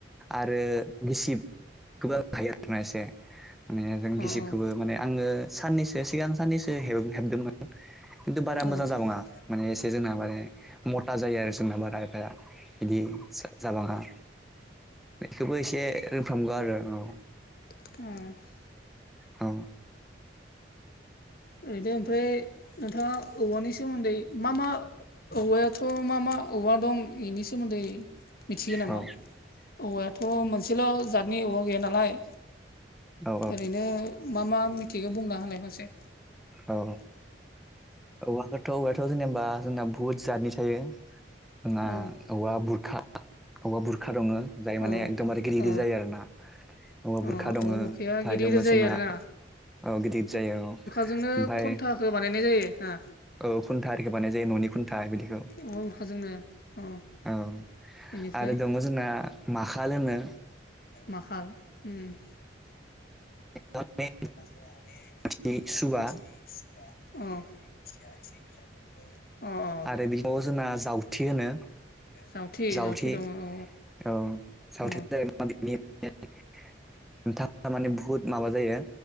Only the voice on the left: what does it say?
आरोना
एसे
खिन्थु
अ
ओरैनो ओमफ्राय नोंथाङा औवानि सोमोन्दै मा मा औवायाथ' मा मा औवा दं इनि सोमोन्दै मिथियो नामा
औवायाथ' मोनसेल' जातनि औवा गैया नालाय
ओरैनो मा मा मिथिगो बुंना होनाय मोनसे
औ
औ
औ
अ
औवा बुरखाया
गिदिर
गिदिर जायो
आरोना
जोंनो
खन्थाखो बानायनाय जायो हो
औवा बुरखाजोंनो अ
बेनिफ्राय
माखाल ओम
<unintelligible>
अ
जावथि
जावथि दङ औ
औ